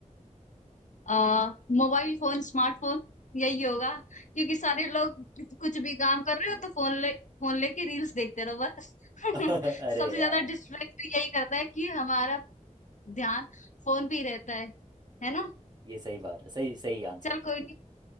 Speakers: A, on the left; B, on the right.
A: आ, मोबाइल फोन स्मार्टफोन यही होगा क्योंकि सारे लोग कुछ भी काम कर रहे
B: <laughs>
A: हो तो फोन ले फोन लेके रील्स देखते रहो बस <laughs>
B: अरे
A: सबसे
B: यार
A: ज्यादा डिस्ट्रैक्ट यही करता है कि हमारा ध्यान फोन पे ही रहता है है ना
B: ये सही बात है सही सही आंसर
A: चल
B: था
A: कोई नहीं